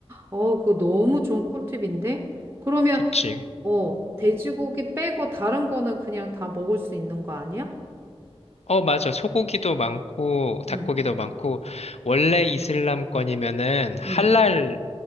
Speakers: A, on the right; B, on the left.
A: 어, 그거 너무 좋은 꿀팁인데? 그러면,
B: 그치.
A: 어, 돼지고기 빼고 다른 거는 그냥 다 먹을 수 있는 거 아니야?
B: 어, 맞아. 소고기도 많고, 닭고기도
A: 응.
B: 많고, 원래 이슬람권이면은 할랄로
A: 응.